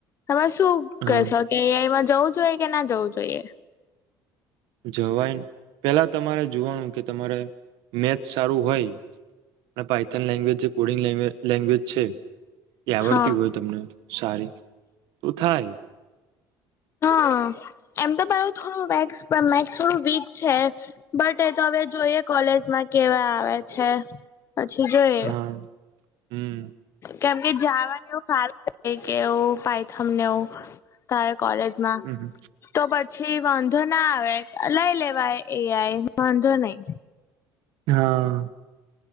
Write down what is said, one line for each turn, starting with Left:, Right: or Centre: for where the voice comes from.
Left: તમારે શું
Right: હા
Left: કશો કે એ આઈ મા જવું જોઈએ કે ના જવું જોઈએ
Right: જવાય પેલા તમારે જોવાનું કે તમારે મેચ સારું હોય અને પઇથન લેંગ્વેજ છે. કોડિગ લેંગ્વેજ લેંગ્વેજ છે. એ આવડતી
Left: હા
Right: હોય તમને સારી તો થાય <inaudible>
Left: હ એમતો પેલું થોડુંક્ વેક્સ મેક્સ થોડું વીક છે. બટ એ તો હવે જોઈએ કોલેજમાં કેવા આવે છે. પછી જોયે
Right: હા હમ્મ
Left: કેમ કે જવાની એવું ફાવે નહીં કે એવું પઇથમને એવું કા કોલેજ
Right: હમ
Left: <unintelligible> તો પછી વાંધો ના આવે લઈ લેવાય એઆઈ વાંધો નહી
Right: હા